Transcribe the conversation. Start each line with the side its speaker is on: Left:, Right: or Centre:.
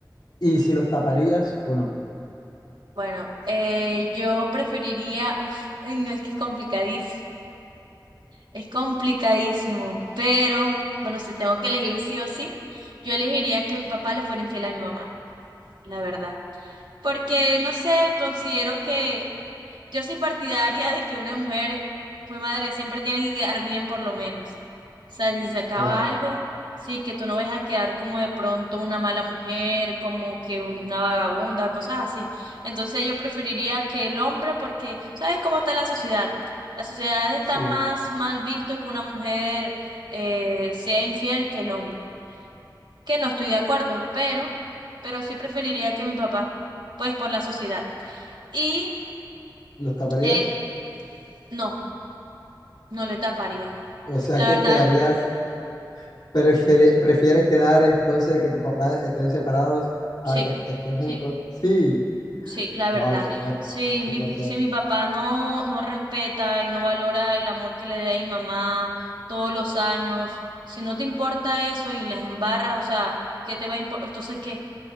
Left: Y si los taparías o no.
Right: Bueno, eh, yo preferiría, uf, ay, no es que es complicadísimo, es complicadísimo, pero bueno, si tengo que elegir sí o sí, yo elegiría que mi papá le fuera infiel a mi mamá, la verdad. Porque, no sé, considero que yo soy partidaria de que una mujer fue madre, siempre tiene que quedar bien por lo menos. O sea, si se acaba
Left: Claro,
Right: algo, sí, que tú no vayas a quedar como de pronto una mala mujer, como que una vagabunda, cosas así. Entonces yo preferiría que el hombre, porque, ¿sabes cómo está la sociedad? La sociedad está
Left: sí,
Right: más mal visto que una mujer eh, sea infiel que el hombre. Que no estoy de acuerdo, pero, pero sí preferiría que mi papá, pues por la sociedad. Y
Left: ¿Los taparías?
Right: eh, no. No le taparía.
Left: O sea,
Right: La
Left: que
Right: verdad,
Left: quedarías, preferi- prefieres quedar entonces que tus papás estén separados a
Right: sí,
Left: que estén juntos. Sí,
Right: sí, la
Left: wow,
Right: verdad.
Left: qué fuerte,
Right: Si mi,
Left: qué fuerte.
Right: si
Left: eres.
Right: mi papá no, no respeta y no valora el amor que le da a mi mamá todos los años, si no te importa eso y las embarras, o sea, ¿qué te va a importar? Entonces, ¿qué?